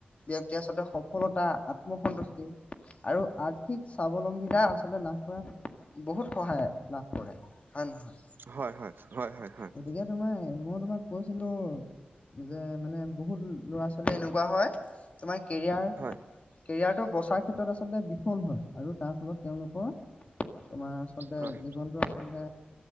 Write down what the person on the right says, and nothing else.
হয়-হয়, হয়-হয়-হয়।
হয়
হয়